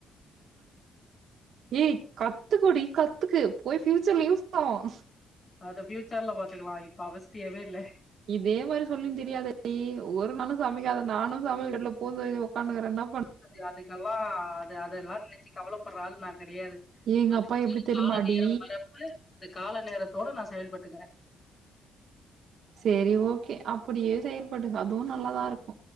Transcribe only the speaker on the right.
ஏய் கத்துக்கோடி கத்துக்கு போய் ஃபியூச்சர்ல யூஸ் ஆகு
இதே மாரி சொல்லின் திரியாத டி ஒரு நாளு சமைக்காத நானு சமையல் கட்ல புகுந்தேரி ஒக்கான்னுக்குறன்னா
எங்க
அப்பா எப்டி தெரியுமாடி?
சேரி ஓகே அப்புடியே செயல்பட்டுக்க அதுவு நல்லாதா இருக்கு